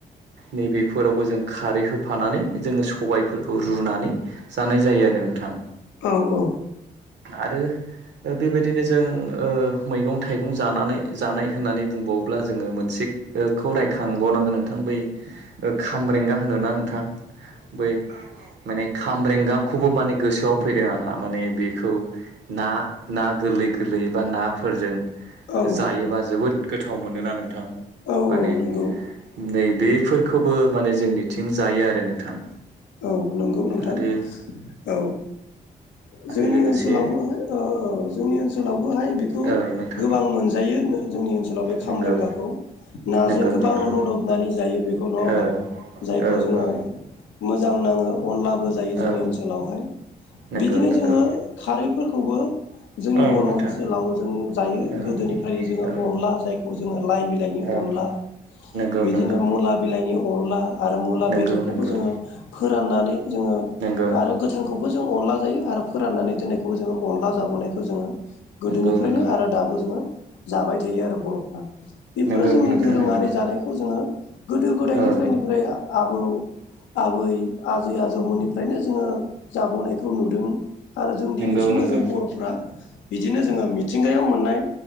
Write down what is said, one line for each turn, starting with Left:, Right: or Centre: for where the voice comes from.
Right: नै बेफोरावबो जों खारै होफानानै जोङो सबायफोरखौ रुनानै जानाय जायो आरो नोंथां
Left: औ औ।
Right: आरो ओ बेबायदिनो जों ओ मैगं थाइगं जानानै जानाय होननानै बुंबावोब्ला जोङो मोनसे ओ खौ रायखांबावनांगोन नोंथां बै ओ खामरेंगा होनोना नोंथां। बै माने खामब्रेंगाखौबो माने गोसोआव फैदों आंहा माने बेखौ ना ना गोरलै गोरलै बा नाफोरजों
Left: औ
Right: जायोबा जोबोद गोथाव मोनोना नोंथां
Left: औ
Right: माने
Left: औ नंगौ
Right: नैबे फोरखौबो माने जोंनिथिं जायो आरो नोंथां।
Left: औ नोंगौ नोंथां
Right: आरो
Left: औ।
Right: आरो
Left: जोंनि
Right: लोगोसे
Left: ओनसोलावबोहाय ओ जोंनि ओनसोलावबोहाय बेखौ
Right: औ नोंथां
Left: गोबां मोनजायो जोंनि ओनसोलाव बे खामब्रेंगाखौ।
Right: नंगौ
Left: नाजों
Right: नंगौ
Left: गोबां
Right: नंगौ
Left: रदबनानै जायो। बेखौ नङा होमबा,
Right: औ
Left: जायखौ
Right: औ
Left: जोङो
Right: औ
Left: मोजां नाङो। अनलाबो जायो जोंनि
Right: औ
Left: ओनसोलावहाय।
Right: नंगौ
Left: बिदिनो
Right: नंगौ
Left: जोङो खारैफोरखौबो जोंनि
Right: औ
Left: बर'
Right: नोंथां
Left: ओनसोलाव जों जायो
Right: औ
Left: गोदोनिफ्रायनो जोङो
Right: औ
Left: अनला जायखौ जोङो लाइ बिलाइनि
Right: औ
Left: अनला,
Right: नंगौ
Left: बिदिनो
Right: नंगौ
Left: मुला बिलाइनि अनला आरो मुला
Right: नंगौ
Left: बेदरखौबो
Right: नंगौ
Left: जोङो फोराननानै जोङो
Right: नंगौ
Left: आरो गोथांखौ बो जों अनला जायो आरो फोराननानै दोनायखौबो जोङो अनला जाबोनायखौ जोङो गोदोनिफ्रायनो
Right: नंगौ नंगौ
Left: आरो दाबो जोङो जाबाय थायो आरो बर'फ्रा। बेफोरो
Right: नंगौ
Left: जोंनि
Right: नोंथां
Left: दोरोङारि
Right: नंगौ
Left: जानायखौ जोङो गोदो गोदायनिफ्राय
Right: औ
Left: निफ्राय आबौ आबै आजै आजौमोननिफ्रायनो जोङो जाबोनायखौ नुदों आरो जों
Right: नंगौ
Left: दिनैसिमबो
Right: नंगौ
Left: जों बर'फ्रा बिदिनो जोङो मिथिंगायाव मोननाय